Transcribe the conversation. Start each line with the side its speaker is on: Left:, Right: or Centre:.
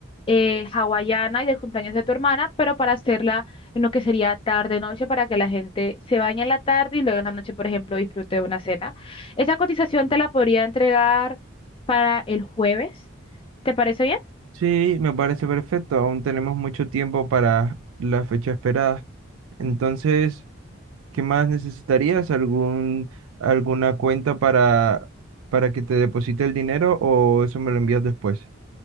Left: eh, hawaiana y del cumpleaños de tu hermana, pero para hacerla en lo que sería tarde-noche, para que la gente se bañe en la tarde y luego en la noche, por ejemplo, disfrute de una cena. Esa cotización te la podría entregar para el jueves. ¿Te parece bien?
Right: Sí, me parece perfecto, aún tenemos mucho tiempo para la fecha esperada. Entonces... ¿Qué más necesitarías? ¿Algún, alguna cuenta para, para que te deposite el dinero o eso me lo envías después?